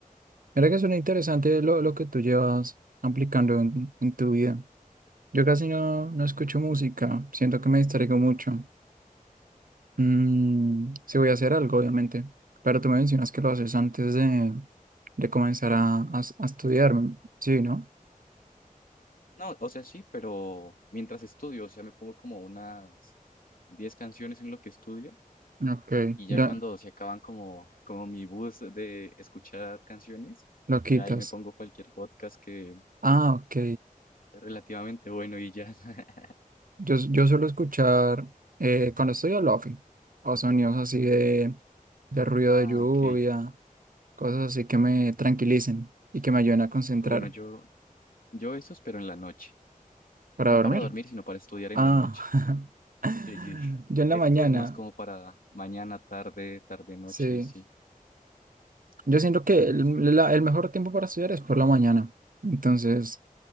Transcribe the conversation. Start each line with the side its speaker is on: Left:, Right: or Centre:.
Right: Mira que suena interesante lo, lo que tú llevas aplicando en, en tu vida. Yo casi no, no escucho música, siento que me distraigo mucho. Mm, sí voy a hacer algo, obviamente, pero tú me mencionas que lo haces antes de, de comenzar a, a- a estudiar, mm, sí, ¿no?
Left: No, o sea, sí, pero mientras estudio, o sea, me pongo como unas 10 canciones en lo que estudio
Right: Ok,
Left: Y
Right: ya
Left: ya cuando se acaban como, como mi bus de escuchar canciones,
Right: lo quitas.
Left: ya ahí me pongo cualquier podcast que
Right: Ah, ok.
Left: esté relativamente bueno y ya. <laughs>
Right: Yo, yo suelo escuchar eh, cuando estoy al lofi o sonidos así de, de ruido
Left: Ah,
Right: de lluvia,
Left: ok.
Right: cosas así que me tranquilicen y que me ayuden a concentrar
Left: Ah, Bueno, yo, yo esos, pero en la noche.
Right: para
Left: No
Right: dormir.
Left: para dormir, sino para estudiar en
Right: Ah,
Left: la noche.
Right: <laughs>
Left: Sí, sí. <laughs>
Right: yo en
Left: Esto
Right: la mañana,
Left: es más como para mañana, tarde, tarde, noche,
Right: sí.
Left: sí.
Right: Yo siento que el,
Left: <laughs>
Right: la- el mejor tiempo para estudiar es por la mañana. Entonces,